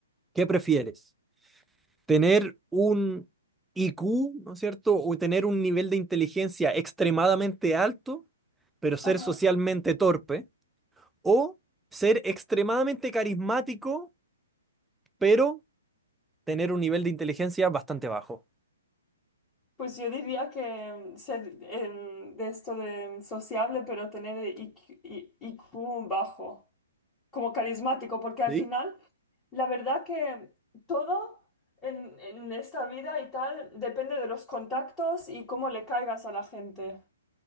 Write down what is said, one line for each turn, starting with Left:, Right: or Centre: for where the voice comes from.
Centre: ¿Qué prefieres? tener un IQ, ¿no es cierto? O tener un nivel de inteligencia extremadamente alto, pero ser
Left: Ajá.
Centre: socialmente torpe, o ser extremadamente carismático, pero tener un nivel de inteligencia bastante bajo.
Left: Pues yo diría que mm, ser em, de esto de mm, sociable, pero tener IQ, I- I Q bajo, como carismático, porque al
Centre: ¿Sí?
Left: final, la verdad que todo en, en esta vida y tal depende de los contactos y cómo le caigas a la gente.